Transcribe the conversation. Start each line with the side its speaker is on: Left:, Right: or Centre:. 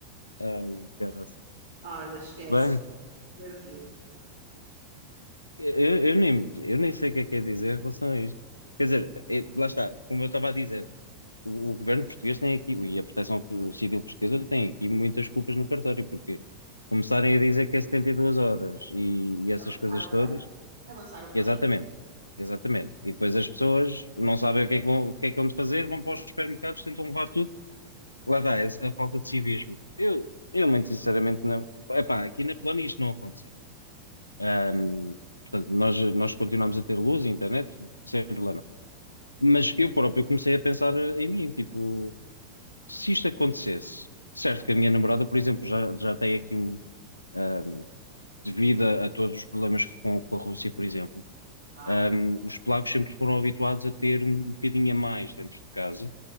Left: Ai, caralho.
Right: Olha, esquece,
Left: Bem,
Right: foi de rir.
Left: eu, eu nem, eu nem sei o que é que é dizer em relação a isto. Quer dizer, é- lá está, como eu estava a dizer, o, o governo português tem aqui, e a Proteção Civil Portuguesa tem aqui muitas culpas no cartório, porque começarem a dizer que é 72 horas e, e essas
Right: É lançar
Left: coisas
Right: o
Left: todas,
Right: pânico. É lançar o pânico.
Left: exatamente, exatamente. E depois as pessoas não sabem o que é que vão, o que é que vão fazer, vão para os supermercados, tentam levar tudo.
Right: Yeah,
Left: Lá dá, essa- a falta de civismo. Eu, eu muito sinceramente não. Epá, aqui na Polónia isto não aconteceu. Ahm, portanto, nós, nós continuamos a ter luz e internet sem problema. Mas eu próprio comecei a pensar eh, em mim, tipo, se isto acontecesse, certo
Right: yeah.
Left: que a minha namorada, por exemplo, já, já tem aqui um, um, devido a, a todos os problemas com, com a Rússia, por exemplo,
Right: Ah,
Left: um, os polacos sempre foram habituados a ter um bocadinho a mais dentro de casa,